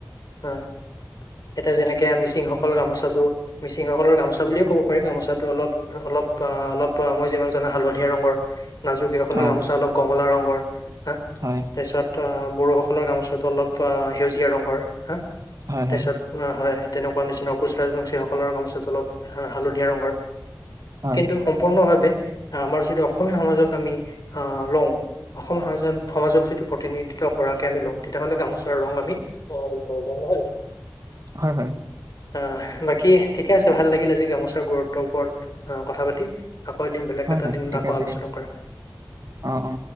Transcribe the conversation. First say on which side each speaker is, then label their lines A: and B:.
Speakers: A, on the left; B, on the right.
A: <inaudible> এতিয়া যেনেকে মিচিংসকল গামোচাটো মিচিংসকলৰ গামোচা বুলিয়ে ক'ব পাৰি গামোচাটো অলপ অলপ অলপ মই যিমান জানো হালধীয়া ৰঙৰ নাজুকিসকলৰ
B: অ
A: গামোচা অল কমলা ৰং <unintelligible> হা
B: হয়
A: তাৰপিছত <unintelligible> বড়োসকলৰ গামোচাতটো অলপ সেউজীয়া ৰঙৰ হা
B: হয়
A: তাৰপিছত
B: হয়
A: অ হয় তেনেকুৱা নিচিনা অকুচ ৰাজবংশীসকলৰ কামচত অলপ হালধীয়া ৰঙৰ
B: হয়
A: কিন্তু সম্পূৰ্ণভাৱে আমাৰ যদি অসমীয়া সমাজক আমি আহ লওঁ অসমীয়া সম সমাজক যদি প্ৰতিনিধিত্ব কৰাকে আমি লওঁ তেতিয়াহ'লে গামোচাৰ ৰং আমি বনাব লাগ <unintelligible> ক'ব পখৰো নহয় জানো <unintelligible>
B: হয় হয়
A: আহ বাকী ঠিকে আছে ভাল লাগিল আজি গামোচাৰ গুৰুত্বৰ ওপৰত কথা পাতি আকৌ এদিন বেলেগ
B: হয়
A: এটা
B: হয়
A: দিনত
B: ঠিকে
A: আকৌ
B: আছে
A: আলোচনা
B: দিয়ক
A: কৰা
B: অ অ